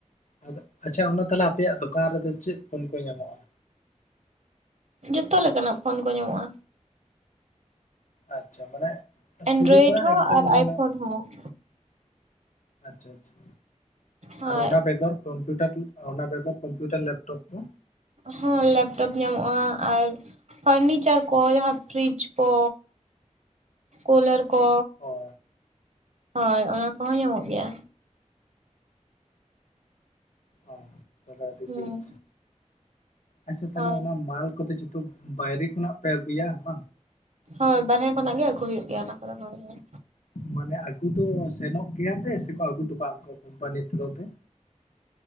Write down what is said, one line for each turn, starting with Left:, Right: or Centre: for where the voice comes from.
Left: ᱟᱫᱚ ᱟᱪᱪᱷᱟ ᱚᱱᱟ ᱛᱟᱦᱚᱞᱮ ᱟᱯᱮᱭᱟᱜ ᱫᱚᱠᱟᱱ ᱨᱮᱫᱚ ᱪᱮᱫ ᱯᱷᱳᱱ ᱠᱚ ᱧᱟᱢᱚᱜᱼᱟ?
Right: ᱡᱚᱛᱚ ᱞᱮᱠᱟᱱᱟᱜ ᱯᱷᱳᱱ ᱠᱚ ᱧᱟᱢᱚᱜᱼᱟ᱾
Left: ᱟᱪᱪᱷᱟ ᱢᱟᱱᱮ
Right: ᱮᱱᱰᱨᱚᱭᱮᱰ
Left: ᱥᱩᱨᱩ ᱠᱷᱚᱱᱟᱜ
Right: ᱦᱚᱸ
Left: ᱮᱠᱫᱚᱢ
Right: ᱟᱨ
Left: ᱢᱟᱱᱮ
Right: ᱟᱭᱯᱷᱳᱱ ᱦᱚᱸ᱾
Left: ᱟᱪᱪᱷᱟ ᱟᱪᱪᱷᱟ᱾
Right: ᱦᱳᱭ
Left: ᱟᱨ ᱚᱱᱟ ᱵᱮᱜᱚᱨ? ᱠᱚᱢᱯᱤᱭᱩᱴᱟᱨ ᱚᱱᱟ ᱵᱮᱜᱚᱨ ᱠᱚᱢᱯᱤᱭᱩᱴᱟᱨ ᱞᱮᱯᱴᱯ ᱠᱚ
Right: ᱦᱚᱸ ᱞᱮᱯᱴᱚᱯ ᱧᱟᱢᱚᱜᱼᱟ ᱟᱨ ᱯᱷᱟᱨᱱᱤᱪᱟᱨ ᱠᱚ ᱡᱟᱦᱟᱸ ᱯᱷᱨᱤᱡ ᱠᱚ᱾ ᱠᱩᱞᱟᱨ ᱠᱚ,
Left: ᱚ
Right: ᱦᱳᱭ
Left: ᱟᱪᱪᱷᱟ
Right: ᱚᱱᱟ ᱠᱚᱦᱚᱸ
Left: ᱟᱪᱪᱷᱟ,
Right: ᱧᱟᱢᱚᱜ ᱜᱮᱭᱟ᱾
Left: ᱚ ᱛᱟᱦᱚᱞᱮ ᱟᱹᱰᱤ
Right: ᱦᱩᱸ
Left: ᱵᱮᱥ᱾ ᱟᱪᱪᱷᱟ ᱛᱟᱦᱞᱮ
Right: ᱦᱳᱭ
Left: ᱚᱱᱟ ᱢᱟᱞ ᱠᱚᱫᱚ ᱡᱚᱛᱚ ᱵᱟᱭᱨᱮ ᱠᱷᱚᱱᱟᱜ ᱯᱮ ᱟᱹᱜᱩᱭᱟ ᱵᱟᱝ?
Right: ᱦᱳᱭ ᱵᱟᱨᱦᱮ ᱠᱷᱚᱱᱟᱜ ᱜᱮ ᱟᱹᱜᱩ ᱦᱩᱭᱩᱜ ᱜᱮᱭᱟ ᱚᱱᱟ ᱠᱚᱫᱚ ᱦᱳᱭ ᱦᱳᱭ᱾
Left: ᱢᱟᱱᱮ ᱟᱹᱜᱩ ᱫᱚ ᱥᱮᱱᱚᱜ ᱜᱮᱭᱟ ᱯᱮ ᱥᱮᱠᱚ ᱟᱹᱜᱩ ᱦᱚᱴᱚ ᱠᱟᱜᱼᱟ ᱠᱚᱢᱯᱟᱱᱤ ᱛᱷᱳᱨᱳ ᱛᱮ?